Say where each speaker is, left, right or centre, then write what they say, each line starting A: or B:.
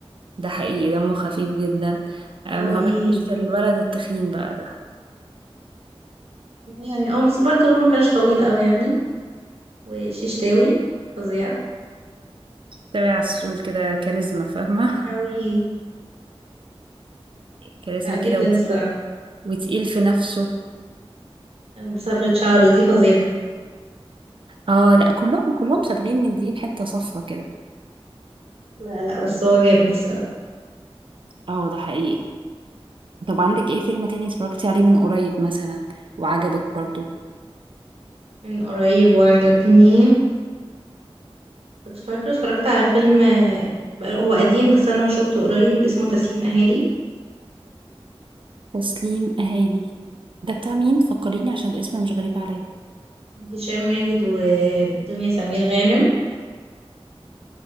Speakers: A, on the right; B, on the right.
A: ده حقيقي دمه خفيف جدا آه،
B: قوي
A: ما بحبش الولد التخين بقى ده
B: يعني او بس برضه هو ما كانش طويل قوي يعني وششتاوي فظيع
A: تبع على السول كده كاريزما فاهمة
B: قوي
A: كاريزما
B: لا جدا
A: كده وتقيل
B: الصراحة
A: وتقيل في نفسه
B: بصبغة شعره دي فظيعة
A: اه لا كلهم كلهم سابقين مدين حتة صفرة كده
B: <laughs> لا لا بس هو جامد الصراحة
A: اه ده حقيقي طب عندك ايه فيلم تاني اتفرجتي عليه من قريب مثلا وعجبك برضو
B: من قريب وعجبني كنت فاكرة اتفرجت على فيلم آه، بقى- هو قديم بس أنا شوفته قريب اسمه تسليم أهالي
A: تسليم اهالي ده بتاع مين فكريني عشان الاسم مش غريب عليا
B: هشام ماجد ودنيا سمير غانم